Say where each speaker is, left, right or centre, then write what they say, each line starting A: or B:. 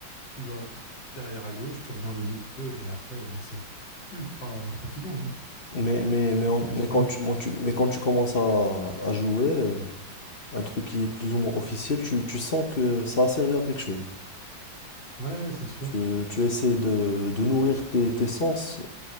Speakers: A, on the left; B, on the left.
A: tu vas derrière à gauche, tu reviens au milieu et après, mais c'est ultra fatigant, hein.
B: Mais, mais,
A: C'est
B: mais, on-
A: impressionnant.
B: mais quand tu, mon- tu- mais quand tu commences à, à jouer, euh, un truc qui est plus ou moins officiel, tu, tu sens que ça a servi à quelque chose.
A: Ouais, c'est sûr.
B: Tu, tu essaies de, de nourrir tes, tes sens,